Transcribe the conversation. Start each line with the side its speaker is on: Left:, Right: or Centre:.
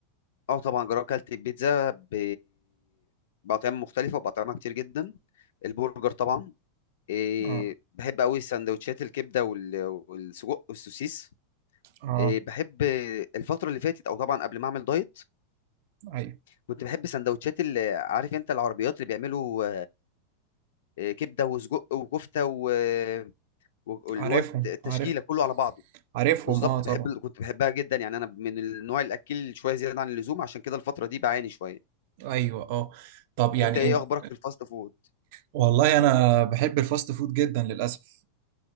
Left: اه طبعا جربت اكلت البيتزا ب... باطعمه مختلفه وباطعمه كتير جدا البرجر طبعا إيه
Right: اه
Left: بحب قوي سندوتشات الكبده وال... والسجق والسوسيس
Right: اه
Left: إيه بحب الفتره اللي فاتت او طبعا قبل ما اعمل دايت
Right: ايوه
Left: كنت بحب سندوتشات اللي عارف انت العربيات اللي بيعملوا آه، كبده وسجق وكفته و- واللي
Right: عارفهم
Left: هو التشكيله
Right: عارف
Left: كله على بعضه
Right: عارفهم
Left: بالضبط
Right: اه طبعا
Left: باحب ال كنت باحبها جدًا، يعني أنا من النوع الأكّيل شوية زيادة عن اللزوم، عشان كده الفترة دي باعاني شوية.
Right: ايوه اه طب يعني
Left: أنت إيه
Right: انت
Left: أخبارك في الfast food؟
Right: والله انا بحب الفاست فود جدا للاسف